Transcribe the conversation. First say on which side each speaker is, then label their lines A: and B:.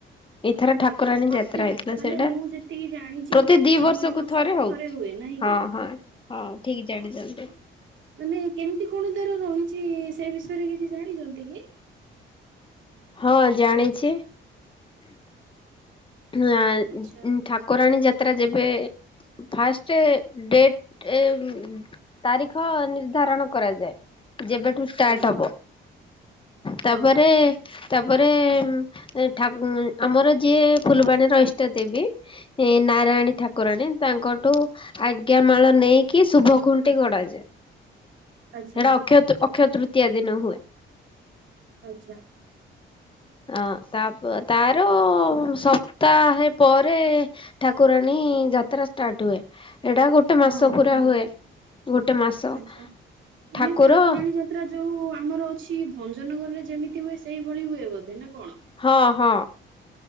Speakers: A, on the left; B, on the right.
A: ଏଇଥର ଠାକୁରାଣୀ
B: ହଁ, ପ୍ରତି
A: ଯାତ୍ରା ହେଇଥିଲା
B: ମାନେ
A: ସେଇଟା।
B: ମୁଁ ଯେତିକି ଜାଣିଛି
A: ପ୍ରତି ଦି ବର୍ଷକୁ
B: ଦୁଇ
A: ଥରେ ହଉଛି।
B: ହୁଏ ନାହିଁ
A: ହଁ
B: କି
A: ହଁ ହଁ ଠିକ
B: ହଁ
A: ଜାଣିଛନ୍ତି।
B: ହଁ ହଁ ମାନେ କେମିତି କଣ ତାର ରହିଛି ସେ ବିଷୟରେ କିଛି ଜାଣିଛନ୍ତି କି?
A: ହଁ ଜାଣିଚି। ନାଇଁ
B: ଆଚ୍ଛା
A: ଠାକୁରାଣୀ ଯାତ୍ରା ଯେବେ ଫାଷ୍ଟ ଡେଟ ଏ ତାରିଖ ନିର୍ଦ୍ଧାରଣ କରାଯାଏ। ଯେବେଠୁ ଷ୍ଟାର୍ଟ
B: ଆଜ୍ଞା
A: ହବ। ତାପରେ
B: ହଁ
A: ତାପରେ ଠା ଆମର ଯିଏ ଫୁଲବାଣୀର ଇଷ୍ଟ ଦେବୀ ନାରାୟଣୀ ଠାକୁରାଣୀ ତାଙ୍କଠୁ ଆଜ୍ଞା ମାଳ ନେଇକି ଶୁଭ ଖୁଣ୍ଟି ଗୋଡାଯାଏ।
B: ଆଚ୍ଛା
A: ସେଟା ଅକ୍ଷୟ ଅକ୍ଷୟ ତୃତୀୟା ଦିନ ହୁଏ।
B: ଆଚ୍ଛା
A: ଅ ତାପ ତାର ସ ତା ହେ ପରେ ଠାକୁରାଣୀ ଯାତ୍ରା ଷ୍ଟାର୍ଟ ହୁଏ। ଏଇଟା ଗୋଟେ ମାସ
B: ହଁ ହଁ
A: ପୁରା
B: ହଁ
A: ହୁଏ। ଗୋଟେ ମାସ
B: ଆଚ୍ଛା ମାନେ
A: ଠାକୁର
B: ଠାକୁରାଣୀ ଯାତ୍ରା ଯୋଉ ଆମର ଅଛି ଭଞ୍ଜନଗରରେ ଯେମିତି ହୁଏ। ସେଇଭଳି ହୁଏ ବୋଧେ ନା କଣ?
A: ହଁ ହଁ।